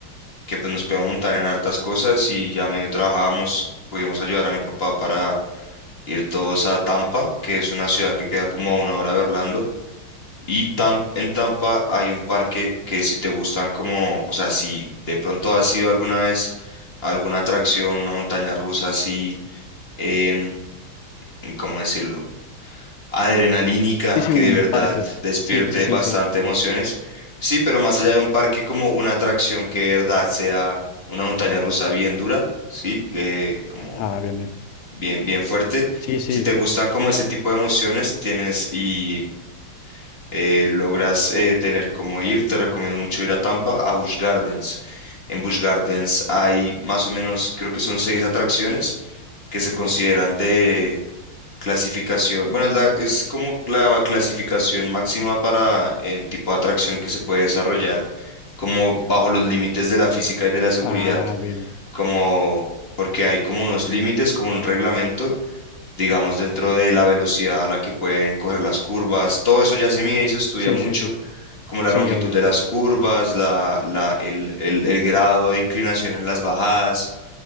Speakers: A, on the left; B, on the left.
A: que pues nos podíamos montar en hartas cosas y ya medio trabajábamos, podíamos ayudar a mi papá para ir todos a Tampa, que es una ciudad que queda como a una hora de Orlando. Y Tam- en Tampa hay un parque que si te gustan como, o sea, si de pronto has ido alguna vez a alguna atracción, una montaña rusa así, em, ¿cómo decirlo? Adrenalínica,
B: Sí, sí,
A: que
B: un
A: de verdad
B: parque.
A: despierte
B: Sí, sí,
A: bastante
B: sí.
A: emociones. Sí, pero más allá de un parque como una atracción que de verdad sea una montaña rusa bien dura, sí, eh, como
B: Ah, bien, bien.
A: bien, bien fuerte.
B: Sí, sí,
A: Si te gustan como ese tipo de emociones, tienes y eh, logras eh, tener como ir, te recomiendo mucho ir a Tampa, a Busch Gardens. En Busch Gardens hay más o menos, creo que son seis atracciones que se consideran de clasificación. Bueno, es, la- es como la clasificación máxima para el tipo de atracción que se puede desarrollar, como bajo los límites de la física y de la seguridad,
B: Ah, bien.
A: como porque hay como unos límites, como un reglamento digamos, dentro de la velocidad a la que pueden coger las curvas. Todo eso ya se mide y se estudia
B: Sí,
A: mucho,
B: sí, sí.
A: como la
B: Sí,
A: longitud
B: obvio.
A: de las curvas, la, la- el, el- el grado de inclinación en las bajadas.